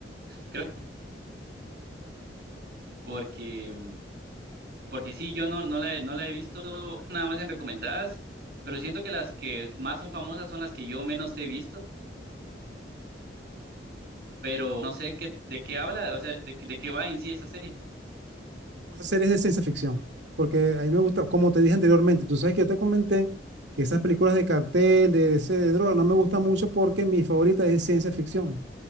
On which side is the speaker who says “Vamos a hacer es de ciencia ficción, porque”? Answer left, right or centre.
Right